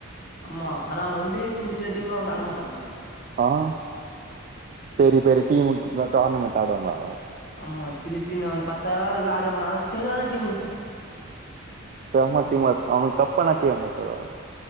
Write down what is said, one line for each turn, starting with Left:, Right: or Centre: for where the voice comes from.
Left: ஆமா ஆனா அவனுங்க வந்து சின்ன சின்ன டீம்லா வந்து ஆடமாட்டாங்கோ
Right: ஆஹ் பெரிய பெரிய டீமுக்குதா கார்னமெண்ட் ஆடுவாங்களா
Left: ஆமா சின்ன சின்ன அந்த பத்தாயிருவா ஆடே மாட்ட ஆனா சரியான டீம்மு
Right: செம்ம டீம் அவனுங்க கப்ப எத்னா அச்சிகிராங்களா தோழா